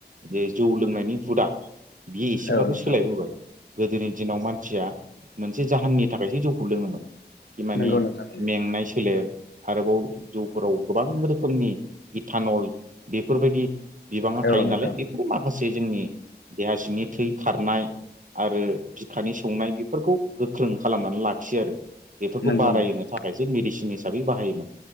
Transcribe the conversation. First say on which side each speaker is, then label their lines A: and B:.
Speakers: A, on the right; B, on the left.
A: जे जौ लोंनायनि हुदा बि एसेब्लाबो
B: औ नोंथां
A: सोलायबोबाय गोदोनि दिनाव मानसिया मोनसे जाहोननि थाखायसो जौखौ लोङोमोन माने
B: नंगौ नोंथां नंगौ
A: मेंनाय फोलेर आरोबाव जिफोराव गोबां रोखोमनि गिटानल बेफोरबायदि बिबाङा
B: औ
A: थायो
B: नोंथां
A: नालाय बे माखासे जोंनि देहा सिंनि थै खारनाय आरो बिखानि संनाय बेफोरखौ गोख्रों खालामनानै लाखियो आरो बेफोरखौ
B: नंगौ
A: बारायो
B: नोंथां
A: थाखायसो मेडिसिन हिसाबै बाहायोमोन